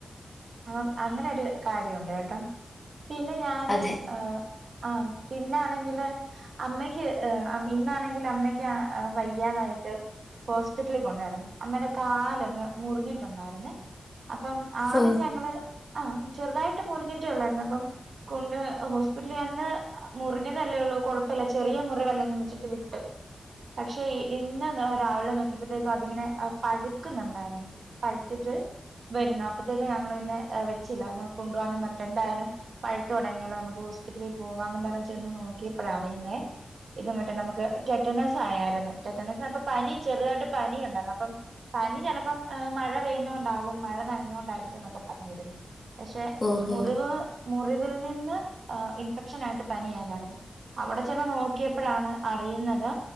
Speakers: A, on the right; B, on the left.
A: അപ്പം അങ്ങനെ ഒരു കാര്യമുണ്ട് കേട്ടോ. പിന്നെ ഞാന്
B: അതെ
A: ഏഹ്. ആഹ് പിന്നെ ആണെങ്കില് അമ്മയ്ക്ക് ഇന്നാണെ അമ്മയ്ക്ക് വയ്യാതായിട്ട് ഹോസ്പിറ്റലിൽ കൊണ്ടായിരുന്നു അമ്മയുടെ കാലൊന്ന് മുറിഞ്ഞിട്ടുണ്ടായിരുന്നേ. അപ്പം ആദ്യം
B: ഓ
A: ഞങ്ങള് ആഹ് ചെറുതായിട്ട് മുറിഞ്ഞിട്ടേ ഉള്ളായിരുന്നു അപ്പം കൊണ്ട് ഹോസ്പിറ്റലിൽ അന്ന് മുറിഞ്ഞതല്ലേ ഉള്ളൂ കുഴപ്പല്ല ചെറിയ മുറിവല്ലെന്നുവെച്ചിട്ടു വി ടു പക്ഷെ ഇന്ന് രാവിലെ നോക്കിയപ്പോഴത്തേക്കും അതിങ്ങനെ പഴുക്കുന്നുണ്ടായിരുന്നു പഴുത്തിട്ട് വരുന്നു അപ്പത്തേക്കും ഞങ്ങൾ പിന്നെ വെച്ചില്ല കൊണ്ടു പോവാം പറഞ്ഞിട്ട് എന്തായാലും പഴുത്ത് തുടങ്ങിയാലോ നമുക്ക് ഹോസ്പിറ്റലിൽ പോകാന്ന് പറഞ്ഞ ചെന്ന് നോക്കിയപ്പോഴ അറിയുന്നേ ഇത് മറ്റെ നമുക്ക് ടെറ്റനസ് ആയായിരുന്നു ടെറ്റനസ് അപ്പൊ പനി ചെറുതായിട്ട് പനി ഉണ്ടായിരുന്നു അപ്പം പനി ചെലപ്പം മഴ പെയ്യുന്നോണ്ടാവും മഴ നനഞ്ഞൊണ്ടായിരിക്കും എന്നൊക്കെ പറഞ്ഞിരുന്നു. പക്ഷെ
B: ഓഹോ
A: മുറിവ് മുറിവിൽ നിന്ന് ഇൻഫെക്ഷൻ ആയിട്ട് പനിയായിതായിരുന്നു അവിടെ ചെന്ന് നോക്കിയപ്പോഴാണ് അറിയുന്ന ത്